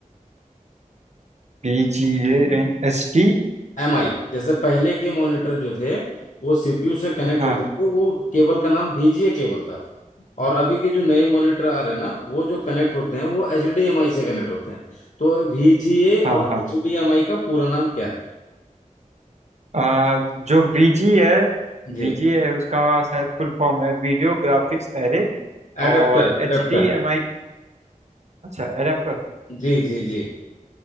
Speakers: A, on the right; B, on the left.
A: बी जी ए एन एस टी
B: MI जैसे पहले के मॉनिटर जो थे वो CPU से कनेक्ट
A: हाँ
B: होते थे वो केबल का नाम VGA केबल था और अभी के जो नए मॉनिटर आ रहे हैं ना वो जो कनेक्ट होते हैं वो HDMI से कनेक्ट होते हैं तो VGA
A: हाँ
B: और
A: हाँ
B: HDMI का पूरा नाम क्या है
A: आ, जो वी जी है
B: जी
A: वी जी है उसका शायद फुल फॉर्म है वीडियो ग्राफिक्स एरे
B: Adapter
A: और एच
B: adapter
A: डी एम आई अच्छा एडाप्टर
B: जी जी जी